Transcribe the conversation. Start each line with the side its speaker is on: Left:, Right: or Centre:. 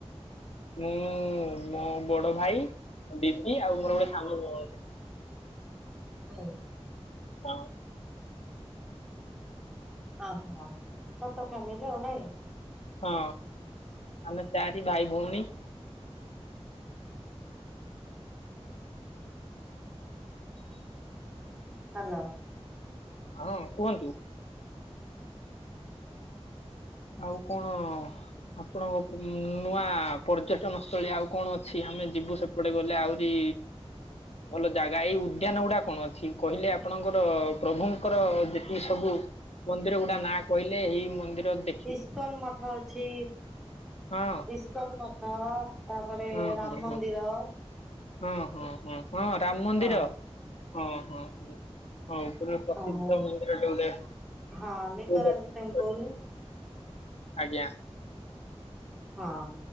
Left: ମୁଁ ମୋ ବଡ଼ ଭାଇ, ଦିଦି ଆଉ ମୋର ଗୋଟେ ସାନ ଭ
Centre: ହୁଁ।
Left: <unintelligible>
Centre: ଓହୋ ଛୋଟ ଫ୍ୟାମିଲି ଆଉ ନାଇଁ?
Left: ହଁ ଆମେ ଚାରି ଭାଇ ଭଉଣୀ।
Centre: ହ୍ୟାଲୋ।
Left: ହଁ କୁହନ୍ତୁ। ଆଉ କଣ ଆପଣଙ୍କ ନୂଆ ପର୍ଯ୍ୟଟନ ସ୍ଥଳୀ ଆଉ କଣ ଅଛି ଆମେ ଯିବୁ ସେପ୍ ପଟେ ଗଲେ ଆଉରି ଭଲ ଜାଗା ଏଇ ଉଦ୍ୟାନ ଗୁଡା କଣ ଅଛି କହିଲେ ଆପଣଙ୍କର ପ୍ରଭୁଙ୍କର ଯେତିକି ସବୁ। ମନ୍ଦିର ଗୁଡା ନାଁ କହିଲେ ଏଇ ମନ୍ଦିର ଦେ
Centre: ଇସ୍କନ ମଠ ଅଛି।
Left: ହଁ
Centre: ଇସ୍କନ ମଠ ତାପରେ
Left: ହଁ
Centre: ରାମ
Left: ହଁ ହଁ
Centre: ମନ୍ଦିର।
Left: ହଁ ହଁ ହଁ ହଁ ରାମ ମନ୍ଦିର
Centre: ହଁ
Left: ହଁ ହଁ ହଁ। <unintelligible>
Centre: ଓହୋ ହଁ
Left: ଯିବୁ
Centre: ଲିଙ୍ଗରାଜ
Left: ଦର୍ଶନ
Centre: ଟେମ୍ପଲ।
Left: କରି। ଆଜ୍ଞା।
Centre: ହଁ।